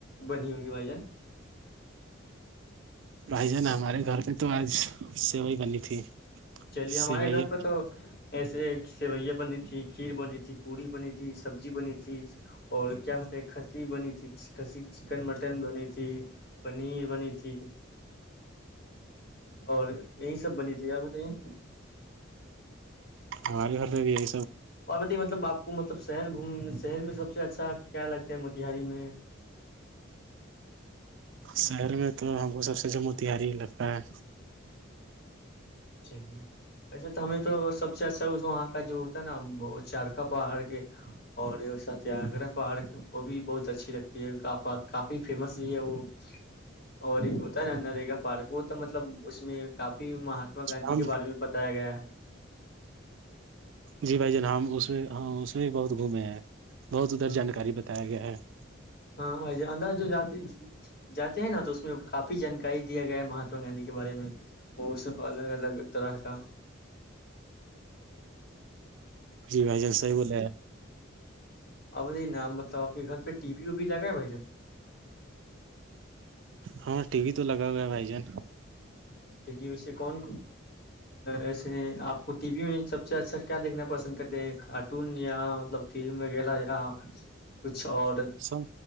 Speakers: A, on the left; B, on the right.
A: بنی ہوگی بھائی جن
B: بھائی جان ہمارے گھر پہ تو آج سیو ہی بنی تھی
A: چلیے ہمارے
B: سیوئی
A: گھر پہ تو ایسے سیوئیاں بنی تھی کھیر بنی تھی پوی بنی تھی سبزی بنی تھی اور کیا کہتے ہے کھسی بنی تھی ک چکن مٹن بنی تھی پنیر بنی تھی اور یہی سب بنی تھی اور تین
B: ہماری گھرد بھی ہے
A: اور بت مطلب آپ کو م مطلب شہر گھومنے شہر میں سب سے اچھا کیا لگتا ہے موتیہاری میں <inaudible>
B: شہر میں تو ہم کو سب سے جو موتہاری لگتا ہے
A: چلی ویسے تو ہمیں تو سب سے اچھا وہاں کا جو ہوتا ہے نا چارکا پارک اور ستیاگرہ پارک وہ بھی بہت اچھی لگتی ہے کافی فیمس بھی ہے وہ اور ایک ہوتا ہے نا نرگا پارک وہ تو مطلب اس میں کافی م ماتما گاندھی
B: ہم
A: کے بارے میں بتایا گیا ہے <inaudible>
B: جی بھائی جن ہم اس میں ہاں اس میں بھی بہت گھومے ہیں بہت
A: ہے
B: ادھر جانکاری بتایا گیا ہے <inaudible>
A: ہاں انداز جات جاتے ہیں نا تو اس میں کافی جانکاری دیا گیا ہے مہاتما گاندھی کے بارے میں الگ الگ طرح کا <unintelligible>
B: جی بھائی جان صح بول رہے
A: ا بائی ن مطلب آپ کے گھر پہ ٹی وی وبی لگا ہے بھائی جان
B: ہاں ٹی وی تو لگا ہو گیا بھائی جان
A: چلیے ویس کون ایسے آپ کو ٹی وی میں سب سے اچھا کیا دیکھنا پسند کرتے ہیں کارٹون یا مطلب فلم وغیرہ یا کچھ اور
B: سب